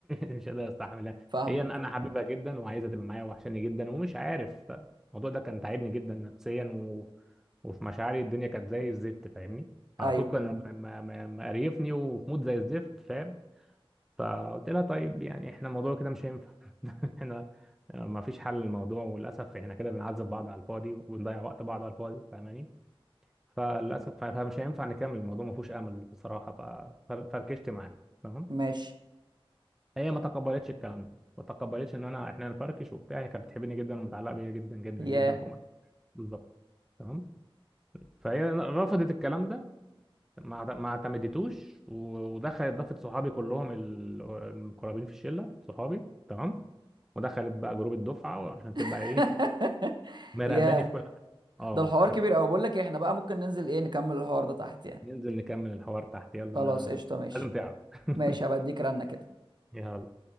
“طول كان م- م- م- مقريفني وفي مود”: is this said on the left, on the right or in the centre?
Centre